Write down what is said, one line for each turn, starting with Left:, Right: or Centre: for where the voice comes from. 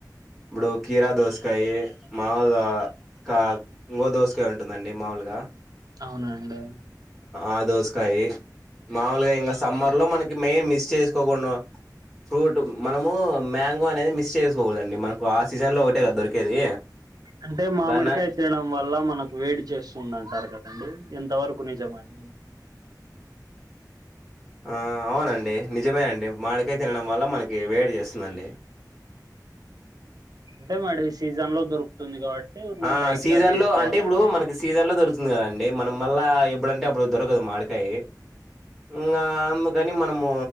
Centre: ఇప్పుడు కీరా దోసకాయ మామూలుగా కా ఇంగో దోసకాయ ఉంటుందండి మాములుగా
Right: అవునండి
Centre: ఆ దోసకాయి మామూలుగా ఇంకా సమ్మర్ లో మనకి మెయిన్ మిస్ చేసుకోకుండా ఫ్రూట్ మనము మ్యాంగో అనేది మిస్ చేసుకోకుడదండి మనకు ఆ సీజన్లో ఒకటే కదా దొరికేది
Right: అంటే మామిడికాయ
Centre: దాన్న
Right: తినడం వల్ల మనకు వేడి చేస్తుంది అంటారు కదండి ఎంత వరకు నిజమండి
Centre: ఆ అవునండి నిజమే అండి మామిడికాయ తినడం వల్ల మనకి వేడి చేస్తుందండి
Right: అంతే మేడం ఈ సీజన్ లో దొరుకుతుంది కాబట్టి ఊరిని
Centre: ఆ
Right: లైట్
Centre: సీజన్
Right: గా తీసుకోవాలండి
Centre: లో అంటే ఇప్పుడు మనకి సీజన్ లో దొరుకుంది దొరుకుతుంది కదా అండి మనం మళ్ళా ఎప్పుడంటే అప్పుడు దొరకదు మాడికాయ ఇంకా అ కాని మనము